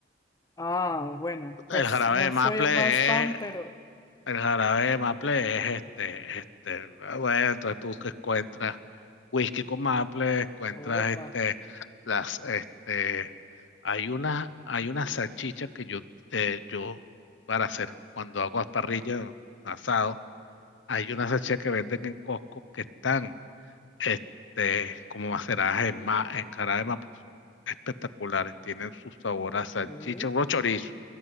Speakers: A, on the left; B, on the left.
A: Ah, bueno, pues
B: El jarabe
A: no
B: de maple
A: soy el más fan,
B: es
A: pero
B: El jarabe de maple es este, este, ah, bueno, entonces tú que encuentras whisky con maple, encuentras
A: Opa.
B: este, las, este, hay una, hay una salchicha que yo, eh, yo, para hacer, cuando hago las parrillas, asado, hay una salchicha que venden en Costco que están, este, como maceradas en ma, en jarabe de maple, son espectaculares, tienen su sabor a salchicha,
A: ¿eh?
B: unos chorizos,